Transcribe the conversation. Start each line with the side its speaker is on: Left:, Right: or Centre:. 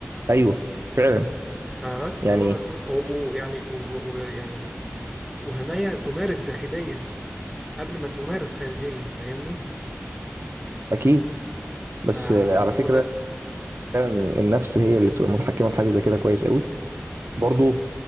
Right: ايوه فعلا
Centre: فبس
Right: يعني
Centre: هو ده كل و- ويعني و- ويعني وهمايه تمارس داخليا قبل ما تمارس خارجيا فاهمني
Right: اكيد بس
Centre: فهو
Right: آه، على فكره
Centre: ده
Right: فعلا النفس هي اللي بتبقى متحكمه في حاجه زي كده كويس قوي برضو